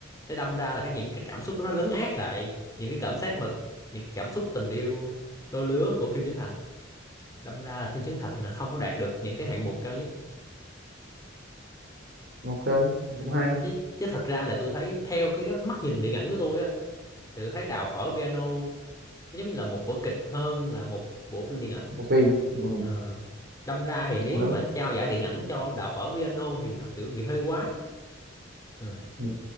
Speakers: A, on the left (about 15°); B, on the right (about 55°).
A: thế đâm ra là các những cái cảm xúc đó nó lấn át lại những cái cảm giác mà những cái cảm xúc tình yêu đôi lứa của phim Trấn Thành đâm ra là phim Trấn Thành là không có đạt được những cái hạng mục cao nhất
B: ok
A: Ừ,
B: cũng hay
A: chứ, chứ thật ra là tôi thấy theo cái mắt nhìn điện ảnh của tôi á thì tôi thấy đào phở piano nó giống như là một vở kịch hơn là một bộ phim điện ảnh
B: một phim ừ.
A: Ờ, đâm ra thì nếu
B: không
A: như
B: đúng
A: mà trao giải điện ảnh cho đào phở piano thì nó kiểu bị hơi quá Ờ,
B: ừ.